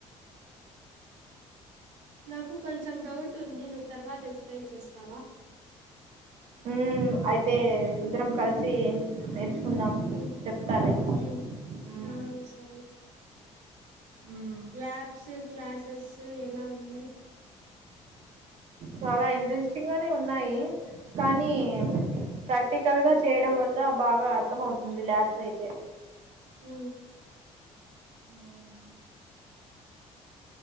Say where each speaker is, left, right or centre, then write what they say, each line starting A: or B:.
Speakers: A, on the right; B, on the right.
A: నాకు కొంచెం డౌట్ ఉంది నువ్వు తర్వాత ఎక్స్ప్లెయిన్ చేస్తావా
B: హ అయితే ఇద్దరం కలిసి నేర్చుకుందాం
A: ఉమ్
B: చెప్తాలే
A: ఉమ్
B: ఉమ్,
A: ఆ సరే
B: ఉమ్.
A: లాబ్స్ క్లాసెస్ ఎలా ఉన్నాయి
B: చాలా ఇంట్రెస్టింగ్ గానే ఉన్నాయి కానీ
A: ఉమ్,
B: ప్రక్ ప్రాక్టికల్ గా చేయడం వల్ల బాగా అర్థం అవుతుంది ల్యాబ్స్ అయితే
A: ఉమ్
B: ఉమ్,